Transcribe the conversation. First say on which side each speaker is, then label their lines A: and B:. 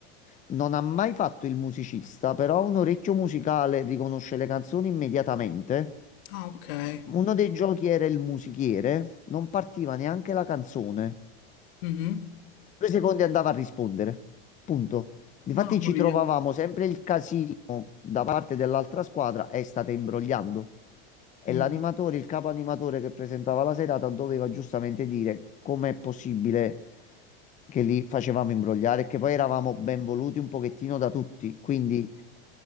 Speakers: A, on the left (about 25°); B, on the left (about 75°).
A: non ha mai fatto il musicista, però ha un orecchio musicale, riconosce le canzoni immediatamente.
B: Ah okay.
A: Uno dei giochi era il musichiere, non partiva neanche la canzone.
B: Mh-mh.
A: Due secondi andava a rispondere. Punto. Difatti
B: Mamma
A: ci
B: mia.
A: trovavamo sempre il casino da parte dell'altra squadra e state imbrogliando. E
B: Mh.
A: l'animatore, il capo animatore che presentava la serata, doveva giustamente dire com'è possibile che li facevamo imbrogliare, e che poi eravamo ben voluti un pochettino da tutti. Quindi